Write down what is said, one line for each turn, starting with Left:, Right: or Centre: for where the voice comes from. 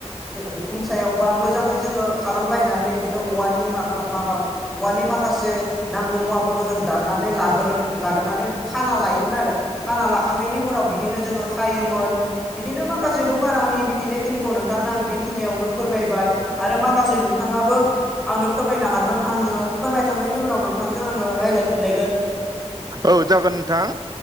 Centre: उखुम सायाव बा मोजाङै जोङो खालामलायनानै बिदिनो औवानि मा माबा। औवानि माखासे नांगौ मुवाफोरखौ जों दाननानै लागोर लाग्रोनानै खाना लायोमोन आरो खाना लाखांनायनि उनाव बिदिनो जोङो खायोमोन बिदिनो माखासे दं आरो आंनि मिथिनायखिनिखौ नोंथांनो आं बेखिनियावनो फोरमायबाय आरो माखासे नोंथाङाबो आंनो फोरमायनो हागोन आङो। फोरमायखांनायनि उनाव नोंथांजों आङो रायलायफिनलायगोन
Right: औ जागोन नोंथां